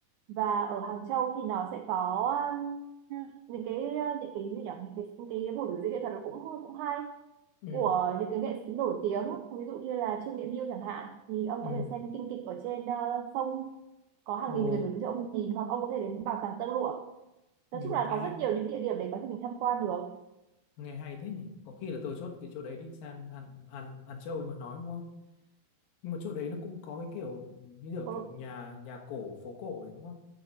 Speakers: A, on the right; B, on the left.
A: và ở Hàng Châu thì nó sẽ có um, những cái uh, những cái gì nhỉ những cái những cái buổi biểu diễn nghệ thuật nó cũng cũng hay
B: ừ
A: của những cái nghệ sĩ nổi tiếng ví dụ như là Trương Nghệ Mưu chẳng hạn thì ông
B: ừ.
A: có thể xem kinh kịch ở trên ờ, sông có hàng nghìn
B: Ồ.
A: người biểu diễn cho ông nhìn hoặc ông có thể đến bảo tàng tơ lụa
B: Ừ,
A: nói chung là
B: nghe
A: có rất
B: hay,
A: nhiều những địa điểm để có thể mình tham quan được
B: nghe hay thế nhỉ có khi là tôi chốt cái chỗ đấy đi sang Hàn Hàn Hàn Châu mà nói đúng không nhưng mà chỗ đấy nó cũng có cái kiểu như kiểu
A: ừ,
B: kiểu nhà nhà cổ phố cổ ấy, đúng không